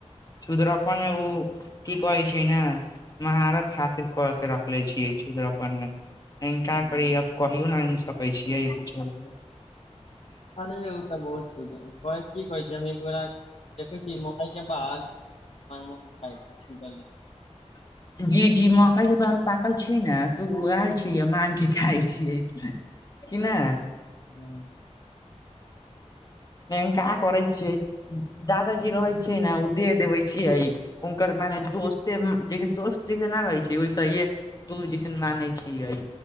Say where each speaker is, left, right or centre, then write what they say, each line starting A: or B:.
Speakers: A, on the left; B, on the left.
A: सुदरपन मे ओ क कहै छै न महारत हासिल क के रखले छिये सुदरपन मे हिनका
B: हूँ
A: करी आब कहियो नहि आनि सकै छियै कछोसँ
B: अरे ओ तऽ बहुत छ की कहै छी हम एक बेर देखै छी मकई के बाल मा म खाइ छी छू
A: <inaudible> जी जी मकई के बाल पाकल छै ने तऽ ओ आयल छैय माग के खााय छियै कि नहि
B: हू
A: न का करै छियै दादाजी रहै छ ने ओ दे देबे छियै हुनकर मने दोस्ते जैसे दोस्त जैसे न रहै छै ओहिसे हे तु जिसन माने छियै